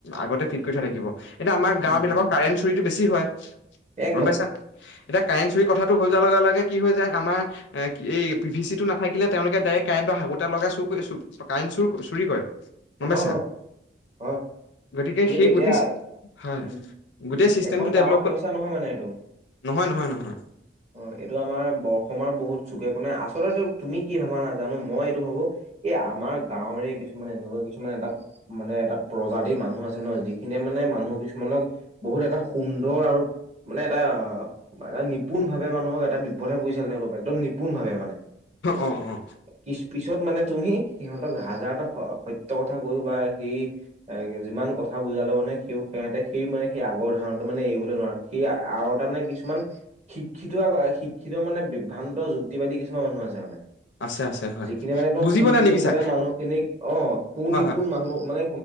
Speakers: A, on the left; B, on the right.
A: আগতেই ফিট কৰি থোৱা থাকিব, এতিয়া আমাৰ গাও
B: উম
A: বিলাকৰ কাৰেণ্ট চুৰি টো বেছি হয়,
B: একদম
A: গম পাইছা নে নাই? এতিয়া কাৰেণ্ট চুৰি কথাটো হৈ যোৱাৰ লগে লগে কি হয় যায়, আমাৰ এ এই পি ভি চিটো নাথাকিলে তেওঁলোকে ডাইৰেক্ট কাৰেণ্টৰ হাকুটা লগাই চুৰ কৰি চুৰ, কাৰেণ্ট চুৰ ক চুৰি কৰে। গম পাইছা?
B: হয় হয় হয়
A: গতিকে
B: সেইটো
A: সেই
B: এতিয়া
A: গোটেই, হয়।
B: উম
A: গোটেই চিষ্টেমটো
B: এখন
A: ডেভলপ
B: গাঁৱৰ সমস্যা
A: হয়,
B: নহয় মানে এইটো
A: নহয় নহয়। নহয়
B: অ', এইটো আমাৰ অসমৰ বহুত চুকে কোণে আচল আচলতে তুমি কি ভাবা নাজানো, মই এইটো ভাবো এই আমাৰ গাঁৱৰেই কিছুমানে এনেকুৱা কিছুমান এটা মানে এটা প্ৰজাতিৰ মানুহ আছে ন, যিখিনিয়ে মানে মানুহ কিছুমানক বহুত এটা সুন্দৰ আৰু মানে এটা এটা নিপুণ ভাৱে মানুহক এটা বিপথে পৰিচালনা কৰিব পাৰে, একদম নিপুণ ভাৱে মানে।
A: অ অ অ
B: পিছ পিছত মানে তুমি সিহঁতক হাজাৰটা সত্য কথা কৈও বা সেই যিমান কথা বুজালো মানে সিও সেহতে সেই মানে সেই আগৰ ধাৰণটো মানে এৰিবলৈ নোৱাৰো, সেই আৰু এটা মানে কিছুমান শিক্ষিত আ শিক্ষিত মানে বিভ্ৰান্ত যুক্তিবাদী কিছুমান মানুহ আছে মানে।
A: আছে আছে। হয়
B: যিখিনি মানে একদম
A: বুজিবলৈ
B: সু নিপুণ
A: নিবিচাৰে
B: ভাৱে মানুহখিনিক, অ', সু
A: হয়
B: নিপুণ
A: হয়
B: মানুহ মানে